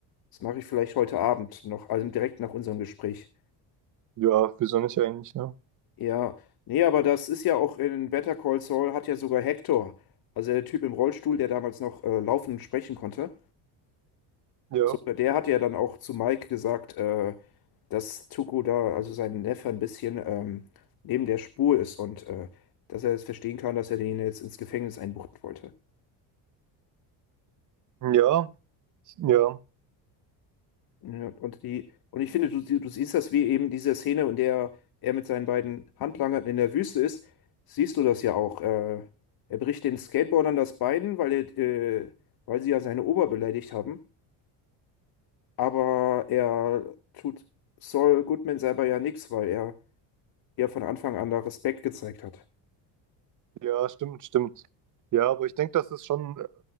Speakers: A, on the left (about 50°); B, on the right (about 40°).
A: Das mache ich vielleicht heute Abend noch, also direkt nach unserem Gespräch.
B: Ja, wieso nicht eigentlich, ne?
A: Ja, nee, aber das ist ja auch in Better Call Saul hat ja sogar Hector, also der Typ im Rollstuhl, der damals noch äh, laufen und sprechen konnte,
B: Ja.
A: sogar der hat ja dann auch zu Mike gesagt, äh, dass Tuco da, also sein Neffe, ein bisschen ähm, neben der Spur ist und äh, dass er es verstehen kann, dass er den jetzt ins Gefängnis einbuchten wollte.
B: Ja. Ja.
A: Ja, und die, und ich finde, du, sie- du siehst das wie eben diese Szene, in der er mit seinen beiden Handlangern in der Wüste ist, siehst du das ja auch. Äh, er bricht den Skateboardern das Bein, weil er, äh, weil sie ja seine Ober beleidigt haben. Aber er tut Saul Goodman selber ja nichts, weil er ja von Anfang an da Respekt gezeigt hat.
B: Ja, stimmt, stimmt. Ja, aber ich denke, das ist schon,